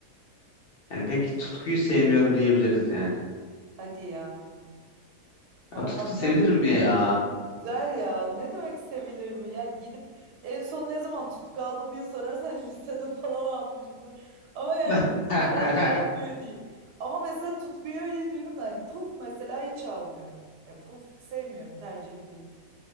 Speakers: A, on the left; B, on the right.
A: Yani pek tutkuyu sevmiyorum diyebiliriz yani.
B: Hadi ya. Ama
A: Ya, tutku
B: baksana
A: sevilir mi ya?
B: güzel ya. Ne demek sevilir mi? Ya gidip en son ne zaman tutku aldın diye sorarsan <laughs> lisede falan almışımdır. Ama yani
A: <laughs>
B: güzel gelmiyor değil. Ama mesela tutkuyu öyle diyorum da yani puf mesela hiç almıyorum. Ya puf sevmiyorum tercihim değil.